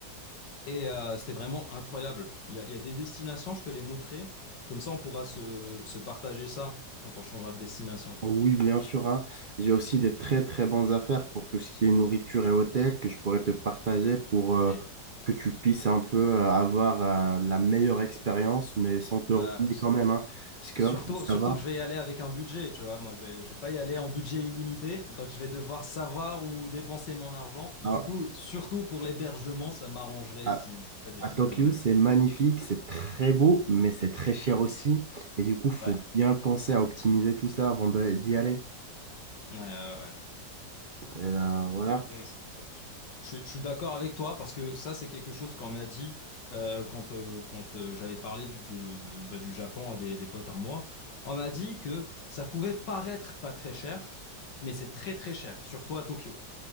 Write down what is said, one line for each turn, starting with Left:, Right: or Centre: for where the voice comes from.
Left: Et euh, c'était vraiment incroyable. Il y, a, il y, a des destinations, je te les noterai, comme ça, on pourra se, se partager ça quand on changera de destination.
Right: Oui, bien sûr. hein. J'ai aussi des très, très bonnes affaires pour tout ce qui est nourriture et hôtel que je pourrais te partager pour
Left: Ok.
Right: euh, que tu puisses un peu euh, avoir euh, la meilleure expérience, mais sans te
Left: Bah,
Right: ruiner
Left: s-
Right: quand même. hein. Parce que
Left: surtout,
Right: hein, ça
Left: surtout
Right: va,
Left: que je vais y aller avec un budget, tu vois. Moi, je vais, je vais pas y aller en budget illimité, donc je vais devoir savoir où dépenser mon argent. Du
Right: à,
Left: coup, surtout pour l'hébergement, ça m'arrangerait
Right: à-
Left: si, si tu des
Right: à
Left: petites
Right: Tokyo,
Left: adresses.
Right: c'est magnifique, c'est très beau, mais c'est très cher aussi. Et du coup, faut
Left: Ouais,
Right: bien penser à optimiser tout ça avant de- d'y aller.
Left: ouais, ouais.
Right: Et ben, voilà.
Left: ouais. Ça, c'est- Je, suis je suis d'accord avec toi parce que ça, c'est quelque chose qu'on m'a dit euh, quand, euh, quand euh, j'avais parlé du, de- de- bah, du Japon à des, des potes à moi. On m'a dit que ça pouvait paraître pas très cher, mais c'est très très cher, surtout à Tokyo.